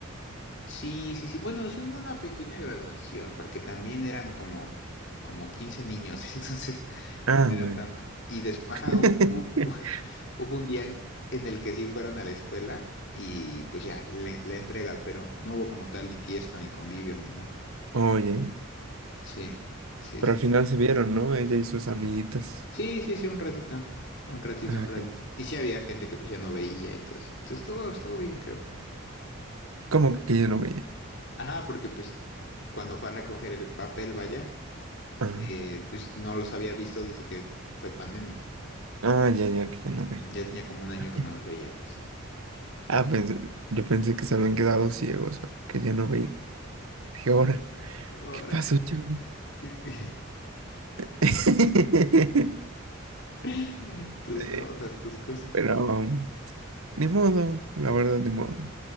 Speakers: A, on the left (about 55°); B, on the right (about 80°).
A: Sí, sí, sí, bueno, sí hubo una pequeña graduación, porque también eran como, como 15 niños, <laughs> entonces
B: Ah,
A: no era
B: bueno.
A: tanto. Y después, ajá,
B: <laughs>
A: hubo, hubo <laughs> hubo un día en en el que sí fueron a la escuela y pues ya, le- la entrega, pero no hubo como tal ni fiesta, ni convivio, ni nada.
B: Oye,
A: Sí, sí,
B: pero
A: sí.
B: al
A: sí.
B: final se vieron, ¿no? Ella y sus amiguitas.
A: Sí, sí, sí, un ratito. Un ratito,
B: Ah,
A: un ratito.
B: ok.
A: Y sí había gente que pues ya no veía y todo eso. Entonces estuvo, estuvo bien, creo.
B: ¿Cómo que yo no veía?
A: Ajá, porque pues cuando fue a recoger el papel, vaya,
B: Ah,
A: eh, pues no los había visto desde que fue pandemia.
B: ah, ya, ya, que ya no
A: Ujú,
B: veía.
A: Ya tenía como un año
B: <laughs>
A: que no los veía, pues.
B: Ah, pensé, yo pensé que se habían quedado ciegos, ¿no? que ya no veía. Dije, ahora,
A: Ahora,
B: ¿qué pasó, chavo?
A: qué- qué-
B: <laughs>
A: <laughs> Tus
B: Sí,
A: cosas, tus cosas.
B: Pero, Ni modo, la verdad, ni modo.